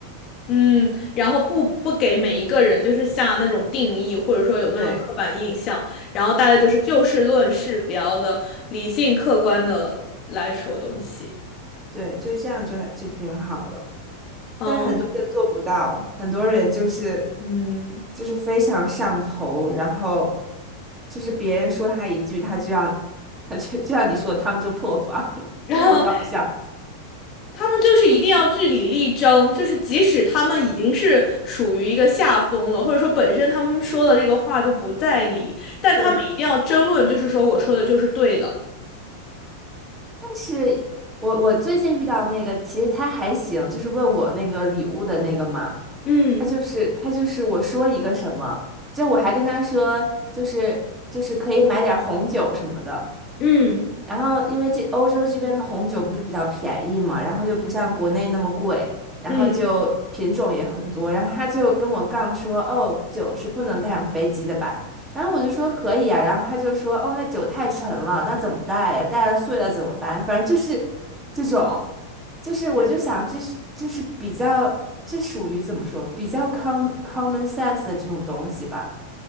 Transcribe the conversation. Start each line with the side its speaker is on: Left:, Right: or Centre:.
Left: 嗯，然后不不给每一个人就是下那种定义，或者说有那种刻板印象，
Right: <laughs> 对
Left: 然后大家就是就事论事，
Right: 对
Left: 比较的理性客观的来说东西，
Right: 对，就这样就还就挺好的。
Left: 嗯
Right: 但很多人做不到，很多人就是
Left: 嗯，
Right: 就是非常上头，然后就是别人说他一句，他就让 <laughs> 他就就像你说的，他们就破防，<laughs>
Left: 然后
Right: 真的很搞笑。
Left: 他们就是一定要据理力争，就是即使他们已经是属于一个下风了，或者说本身他们说的这个话就不在理，但他们一定要争论，
Right: 对，
Left: 就是说我说的就是对的，
Right: 但是我我最近遇到那个，其实他还行，就是问我那个礼物的那个嘛，
Left: 嗯
Right: 他就是他就是我说一个什么，就我还跟他说，就是就是可以买点儿红酒什么的，
Left: 嗯，
Right: 然后因为这欧洲这边的红酒不是比较便宜嘛，然后就不像国内那么贵，然后就品种也很多，
Left: 嗯，
Right: 然后他就跟我杠说，哦，酒是不能带上飞机的吧？然后我就说可以啊，然后他就说，哦，那酒太沉了，那怎么带呀？带了碎了怎么办？反正就是这种，就是我就想这是就是比较这属于怎么说，
Left: 天
Right: 比较 com common sense 的这种东西吧。